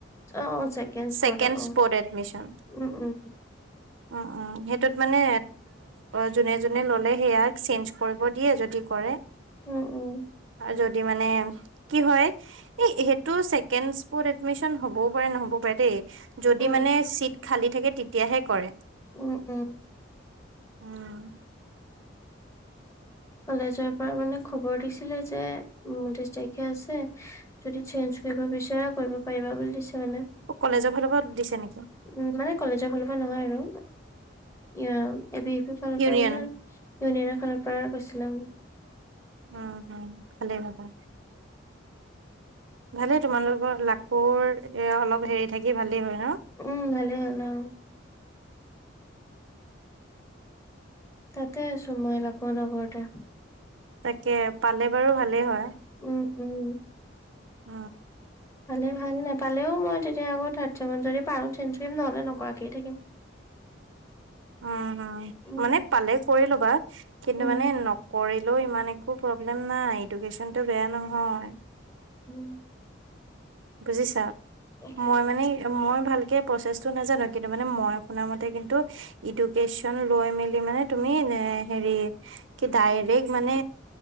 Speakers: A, on the left; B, on the right.
A: অ', অ', চছেকেণ্ড স্পট
B: ছেকেণ্ড
A: অ',
B: স্পট এডমিশ্যন
A: উম-উম।
B: অ', অ', সেইটোত মানে যোনে-যোনে ললে সেয়া চেঞ্জ কৰিব দিয়ে যদি কৰে।
A: উম-উম।
B: যদি মানে কি হয়, এই সেইটো ছেকেণ্ড স্পট এডমিশ্যন হবও পাৰে নহ'ব পাৰে দেই, যদি
A: উম
B: মানে চিট খালী থাকে তেতিয়াহে কৰে।
A: উম-উম।
B: উম।
A: কলেজৰ পৰা মানে খবৰ দিছিলে যে, ঊনত্ৰিশ তাৰিখে আছে। যদি চেঞ্জ কৰিব বিচৰা কৰিব পাৰিবা বুলি দিছে মানে।
B: অ', কলেজৰ ফালৰ পৰা দিছে নেকি?
A: উম মানে কলেজৰ ফালৰ পৰা নহয় আৰু, উম এ বি এ পি ফালৰ
B: ইউনিয়ন
A: পৰা মানে ইউনিয়নৰ ফালৰ পৰা কৈছিলে আৰু।
B: উম-হম, ভালে কথা। ভালেই তোমালোকৰ লাখুৰ এয়া অলপ হেৰিত থাকি ভালেই হয় ন? <inaudible>
A: উম ভালে হ'ল অ তাতে আছোঁ মই লাকৰ লগতে।
B: তাকে পালে বাৰু ভালে হয়।
A: উম-উম।
B: অ'।
A: পালে ভাল নাপালেও মই তেতিয়া আকৌ থাৰ্ড চেমত যদি পাৰোঁ চেঞ্জ কৰিম, নহ'লে নকৰাকেই থাকিম। <inaudible>
B: উম-হুম।
A: উম
B: মানে পালে কৰি ল'বা। কিন্তু
A: উম
B: মানে নক্‌ কৰিলেও ইমান একো প্ৰব্লেম নাই এডুকেশ্যনটো বেয়া নহয়।
A: উম।
B: বুজিছা?
A: তাকে
B: মই মানে মই ভালকে প্ৰচেছটো নাজানোঁ। কিন্তু মানে, মই শুনা মতে কিন্তু এডুকেশচন লৈ মেলি মানে তুমি এনে হেৰি কি ডাইৰেক্ট মানে